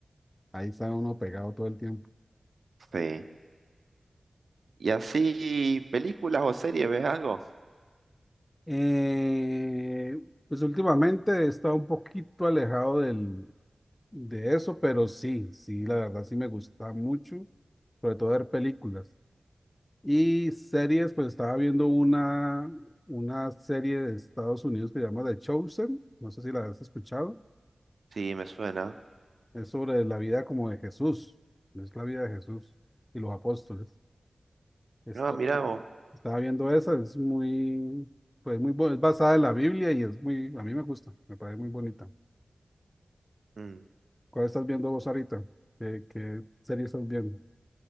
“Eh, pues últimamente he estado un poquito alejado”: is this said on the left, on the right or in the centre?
Left